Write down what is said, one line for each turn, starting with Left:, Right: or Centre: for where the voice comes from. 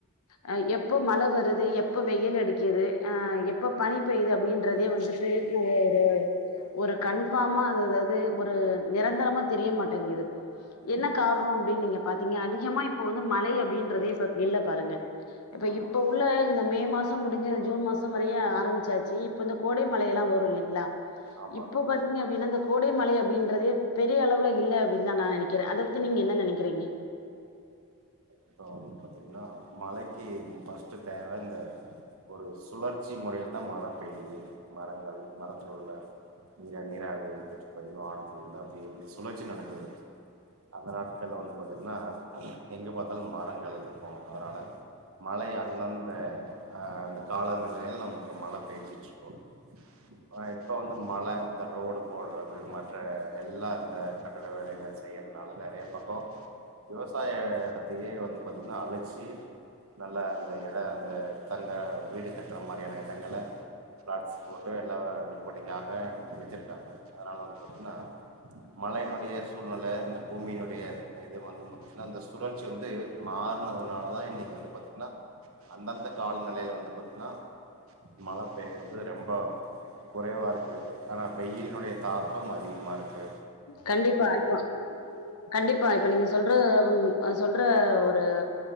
Left: ஆ எப்பொ மழை வருது எப்பொ வெயில் அடிக்குது அ எப்பொ பனி பெயுது அப்டின்றதே வந்து <unintelligible> ஒரு கன்ஃபாமா அது அதாவுது ஒரு நிரந்தரமா தெரிய மாட்டேங்குது என்ன
Right: சரி
Left: கார்ணோ அப்டின் நீங்க பாத்தீங்க அதிகமா இப்போ வந்து மழை அப்டின்றதே இப்போ இல்ல பாருங்க க
Right: ஆமாம்
Left: இப்ப உள்ள இந்த மே மாசோ முடிஞ்சி இந்த ஜூன் மாசோ வரையோ ஆரம்பிச்சாச்சு இப்போ இந்த கோடை மழையெலா வரு இல்லிங்ளா
Right: ஆமாங்க
Left: இப்போ பாத்தீங்க அப்டினா இந்த கோடை மழை அப்டின்றதே பெரிய அளவ்ல இல்ல அப்டின் தா நா நெனைக்கிறே அத பத்தி நீங்க என்ன நெனைக்கிறீங்க
Right: இப்ப வந்து பாத்தீங்குன்னா மழைக்கி ஃபஸ்ட்டு தேவ இந்த ஒரு சுழற்சி முறையில் தா மழ பெய்யுது மரங்கள் மரத்துல உள்ள இதுல நீராவிய எடுத்துட்டு போய் வானத்துல இந்து அப்டே இந்த சுழற்சி நடக்குது அந்த நாட்க்கள்லா வந்து பாத்துட்னா எங்க பா த்தால் மரங்கள்ருக்கோ அதனால மழை அந்தந்த ஆ அந்த காலநிலையில் நமக்கு மழ பேஞ்சுட்ருக்கோ ஆ இப்போ வந்து மழ இந்த ரோடு போட்றது மற்ற எல்லா இந்த கட்டட வேலைகள் செய்றத்னால நெறைய பக்கோ விவசாய எடத்தையே வந்து பாத்தீங்கனா அழிச்சி நல்ல அந்த எட அந்த தங்க வீடு கட்ற மாரியான எடங்கள பிளாட்ஸ் போட்டு எல்லா விற்பனைக்காக வெச்சிருக்காங்க அதனால வந்து பாத்திங்கன்னா மழையினுடைய சூழ்நில இந்த பூமியினுடைய இந்த இது வந்து பாத்தீங்னா இந்த சுழற்சி வந்து மாற்னதுனாலதா இன்னிக்கி வந்து பாத்தீங்னா அந்தந்தக் கால்நிலையில வந்து பாத்தீங்கனா மழை பெய்யற்து ரெம்பெ குறைவா இருக்கு ஆனா வெயில்னுடைய தாக்கம் அதிகமா இருக்கு
Left: கண்டிப்பா ஆய்போச்சு கண்டிப்பா இப்ப நீங்க சொல்ற ம் சொல்ற ஒரு